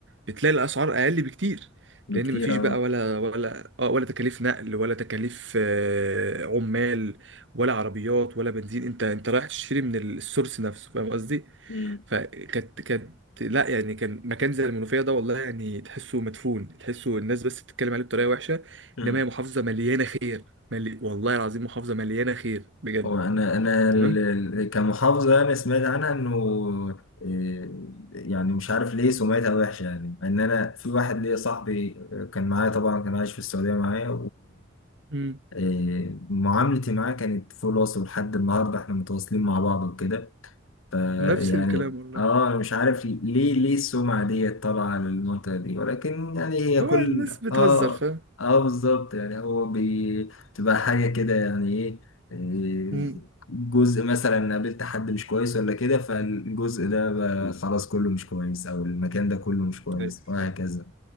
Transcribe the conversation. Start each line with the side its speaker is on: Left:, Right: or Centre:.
Right: بتلاقي الأسعار أقل بكتير
Left: بكتير
Right: لأن مفيش بقى
Left: اه
Right: ولا ولا آه، ولا تكاليف نقل ولا تكاليف آه، عمال ولا عربيات ولا بنزين أنت أنت رايح تشتري من السورس نفسه فاهم قصدي؟
Left: مم.
Right: فكانت كانت لا يعني كان مكان زي المنوفية ده والله يعني تحسه مدفون تحسه الناس بس بتتكلم عليه بطريقة وحشة
Left: مم.
Right: إنما هي محافظة مليانة خير ملي... والله العظيم محافظة مليانة خير بجد
Left: هو أنا أنا
Right: تمام؟
Left: ال- ال- كمحافظة أنا سمعت عنها إنه آه، يعني مش عارف ليه سمعتها وحشة يعني إن أنا في واحد ليا صاحبي آه، كان معايا طبعا كان عايش في السعودية معايا
Right: مم.
Left: ومعاملتي معاه كانت فول وصل لحد النهاردة إحنا متواصلين مع بعض وكده ف-
Right: نفس
Left: يعني
Right: الكلام والله
Left: اه انا مش عارف ليه ليه السمعة دي طالعة للمنطقة دي ولكن يعني هي
Right: هو
Left: كل
Right: الناس بتهزر
Left: اه
Right: فاهم
Left: اه بالظبط يعني هو بتبقى حاجة كده يعني ايه إيه،
Right: مم.
Left: جزء مثلا قابلت حد مش كويس ولا كده فالجزء ده بقى خلاص كله مش كويس او المكان ده كله مش كويس
Right: ايوه
Left: وهكذا
Right: ايوه